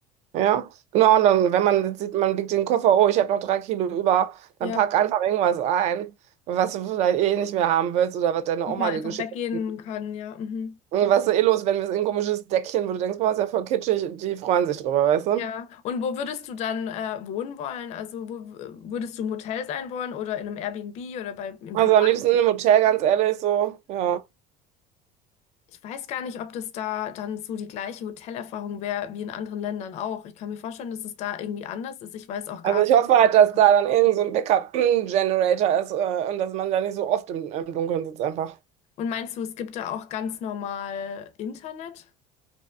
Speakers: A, on the right; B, on the left.
A: Ja, genau. Und dann, wenn man jetzt sieht, man biegt den Koffer, oh, ich habe noch drei Kilo über,
B: Ja.
A: dann pack einfach irgendwas ein, was du vielleicht eh nicht mehr haben willst oder was deine
B: Dass
A: Oma
B: man
A: dir
B: einfach
A: geschickt
B: weggehen
A: hat.
B: kann, ja. Mhm.
A: Irgendwas eh los, wenn wir es in ein komisches Deckchen, wo du denkst, boah, ist ja voll kitschig, die freuen sich drüber, weißt du?
B: Ja. Und wo würdest du dann äh, wohnen wollen? Also wo w- würdest du im Hotel sein wollen oder in einem Airbnb oder bei im
A: Also
B: Privatfall?
A: am liebsten im Hotel, ganz ehrlich, so, ja.
B: Ich weiß gar nicht, ob das da dann so die gleiche Hotelerfahrung wäre wie in anderen Ländern auch. Ich kann mir vorstellen, dass es da irgendwie anders ist. Ich weiß auch gar
A: Also
B: nicht.
A: ich hoffe halt, dass
B: äh,
A: da dann irgend so ein Backup-Generator <clears throat> ist äh, und dass man da nicht so oft im, im Dunkeln sitzt einfach.
B: Und meinst du, es gibt da auch ganz normal Internet?